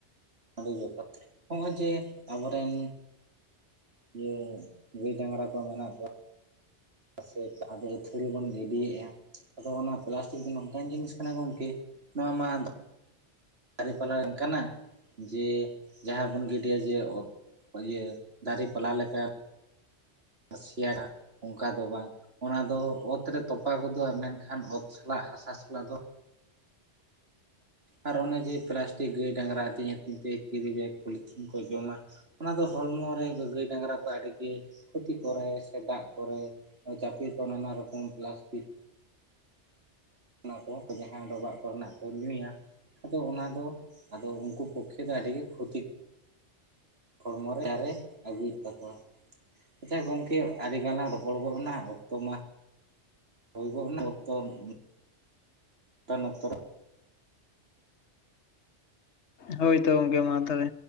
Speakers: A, on the right (about 60°); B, on the left (about 75°).
A: ᱟᱹᱰᱤ ᱡᱚᱛᱷᱟᱛ᱾ ᱦᱚᱸᱜᱼᱚᱭ ᱡᱮ ᱟᱵᱚᱨᱮᱱ ᱤᱭᱟᱹ ᱜᱟᱹᱭ ᱰᱟᱺᱝᱨᱟ ᱠᱚ ᱢᱮᱱᱟᱜ ᱠᱚᱣᱟ᱾ ᱥᱮ ᱟᱫᱚ ᱟᱹᱛᱷᱟᱹᱲᱤ ᱵᱚᱱ ᱜᱤᱰᱤᱭᱮᱜᱼᱟ᱾ ᱟᱫᱚ ᱚᱱᱟ ᱯᱞᱟᱥᱴᱤᱠ ᱫᱚ ᱱᱚᱝᱠᱟᱱ ᱡᱤᱱᱤᱥ ᱠᱟᱱᱟ ᱜᱚᱝᱠᱮ ᱱᱚᱣᱟ ᱢᱟ <inaudible> ᱫᱟᱹᱨᱮ ᱯᱟᱞᱟ ᱵᱟᱝ ᱠᱟᱱᱟ᱾ ᱡᱮ ᱡᱟᱦᱟᱸ ᱵᱚᱱ ᱜᱤᱰᱤᱭᱟ ᱡᱮ ᱚᱜ ᱤᱭᱟᱹ ᱫᱟᱨᱮ ᱯᱟᱞᱦᱟ ᱞᱮᱠᱟ᱾ ᱥᱤ ᱟᱲᱟᱜ <unintelligible> ᱚᱱᱠᱟ ᱫᱚ ᱵᱟᱝ, ᱚᱱᱟ ᱫᱚ ᱚᱛ ᱨᱮ ᱛᱚᱯᱟ ᱜᱚᱫᱚᱜᱼᱟ ᱾ ᱢᱮᱱᱠᱷᱟᱱ ᱚᱛ ᱥᱟᱞᱟᱜ ᱦᱟᱥᱟ ᱥᱟᱞᱟᱜ ᱫᱚ ᱟᱨ ᱚᱱᱮ ᱡᱮ ᱯᱞᱟᱥᱴᱤᱠ ᱜᱟᱹᱭ ᱰᱟᱝᱜᱟᱨᱟ ᱟᱹᱛᱤᱧ ᱟᱹᱛᱤᱧ ᱛᱮ ᱠᱮᱨᱤ ᱵᱮᱜᱽ ᱯᱚᱞᱤᱛᱷᱤᱱ ᱠᱚ ᱡᱚᱢᱟ᱾ ᱚᱱᱟ ᱫᱚ ᱦᱚᱲᱢᱚ ᱨᱮ ᱜᱟᱹᱭ ᱰᱟᱝᱜᱽᱨᱟ ᱠᱚ ᱟᱹᱰᱤ ᱜᱮ ᱠᱷᱚᱛᱤ ᱠᱚᱨᱟᱭ᱾ ᱥᱮ ᱫᱟᱜ ᱠᱚᱨᱮ ᱪᱟᱯᱮ ᱠᱚᱜᱼᱟ ᱱᱟᱱᱟ ᱨᱚᱠᱚᱢ ᱯᱞᱟᱥᱴᱤᱠ᱾ ᱚᱱᱟ ᱠᱚ, ᱡᱟᱦᱟᱸ ᱰᱚᱵᱟᱜ ᱠᱚᱨᱮᱱᱟᱜ ᱠᱚ ᱧᱩᱭᱟ᱾ ᱟᱫᱚ ᱚᱱᱟ ᱫᱚ ᱟᱫᱚ ᱩᱱᱠᱩ ᱯᱚᱠᱠᱷᱮ ᱫᱚ ᱟᱹᱰᱤ ᱜᱮ ᱠᱷᱚᱛᱤᱼᱼ ᱦᱚᱲᱢᱚᱨᱮ ᱟᱡᱟᱨᱮ ᱟᱹᱜᱩᱭᱮᱜ ᱛᱟᱠᱚᱣᱟ᱾ ᱟᱪᱪᱷᱟ ᱜᱚᱝᱠᱮ, ᱟᱹᱰᱤᱜᱟᱱ ᱞᱟᱝ ᱨᱚᱯᱚᱲ ᱜᱚᱫ ᱮᱱᱟ᱾ ᱚᱠᱛᱚ ᱢᱟᱼᱼ ᱦᱳᱭ ᱜᱚᱜᱱᱟ <unintelligible> ᱱᱚᱝᱠᱟᱱ ᱚᱠᱛᱚ ᱨᱮ
B: ᱦᱳᱭ ᱛᱚ ᱜᱚᱝᱠᱮ ᱢᱟ ᱛᱚᱵᱮ᱾